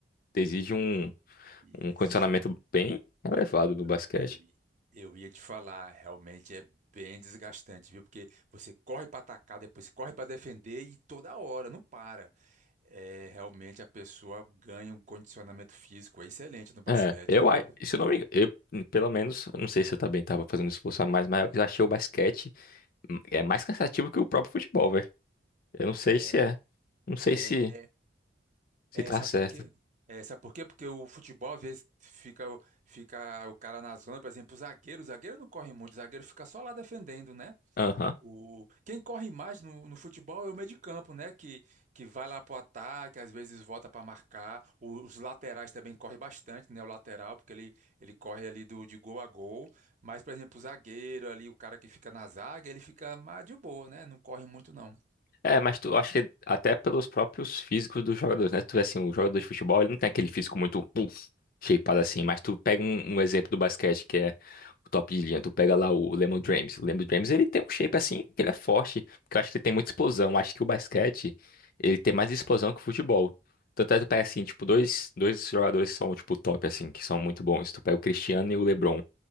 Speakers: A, on the left (about 50°); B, on the right (about 45°).
A: exige um,
B: isso.
A: um condicionamento bem elevado do
B: Eu,
A: basquete.
B: eu, eu ia te falar, realmente é bem desgastante, viu? Porque você corre para atacar, depois corre para defender e toda hora, não para. É, realmente a pessoa ganha um condicionamento físico excelente no basquete,
A: É, eu,
B: viu?
A: a- se eu não me engano, eu, pelo menos, eu não sei se eu também tava fazendo um esforço a mais, mas eu achei o basquete hum, é mais cansativo que o próprio futebol, velho. Eu não sei
B: É,
A: se é. Não sei
B: é,
A: se,
B: é,
A: se
B: é,
A: tá
B: sabe
A: certo.
B: por quê? É, sabe por quê? Porque o futebol, às vezes, fica, o- fica o cara na zona, por exemplo, o zagueiro, o zagueiro não corre muito, o zagueiro fica só lá defendendo, né?
A: Aham.
B: O... Quem corre mais no, no futebol é o meio de campo, né? Que, que vai lá pro ataque, às vezes volta para marcar. O- os laterais também correm bastante, né? O lateral, porque ele, ele corre ali do, de gol a gol. Mas, por exemplo, o zagueiro ali, o cara que fica na zaga, ele fica mais de boa, né? Não corre muito, não.
A: É, mas tu acho que até pelos próprios físicos dos jogadores, né? Tu vê assim, o jogador de futebol, ele não tem aquele físico muito puff, shapeado assim, mas tu pega um, um exemplo do basquete que é o top de linha, tu pega lá o Lemon James. O Lemon James, ele tem um shape assim, que ele é forte, que eu acho que ele tem muita explosão. Eu Acho que o basquete, ele tem mais explosão que o futebol. Tanto é que tu pega assim, tipo, dois, dois jogadores que são tipo top assim, que são muito bons. Tu pega o Cristiano e o LeBron.